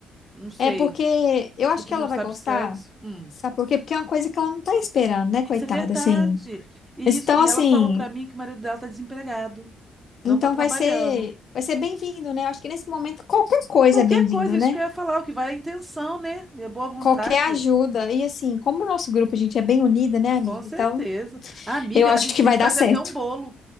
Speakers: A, on the right (about 15°); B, on the left (about 55°).
A: Não sei.
B: É porque eu acho
A: A gente
B: que
A: não
B: ela
A: sabe
B: vai gostar.
A: o sexo. Hum.
B: Sabe por quê? Porque é uma coisa que ela não tá esperando, né, coitada,
A: Isso é verdade.
B: assim.
A: E,
B: Então,
A: isso- e
B: assim,
A: ela falou pra mim que o marido dela tá desempregado, não
B: então
A: tá trabalhando.
B: vai ser, vai ser bem-vindo, né? Eu acho que nesse momento qualquer coisa
A: Qualquer
B: é bem-vindo,
A: coisa, isso
B: né?
A: que eu ia falar, o que vale é a intenção, né? E a boa vontade.
B: Qualquer ajuda. E assim, como o nosso grupo, a gente é bem unida, né, amiga?
A: Com certeza.
B: Então,
A: Ah, amiga,
B: Eu acho
A: a gente
B: que
A: tem
B: vai
A: que fazer
B: dar certo.
A: até um bolo,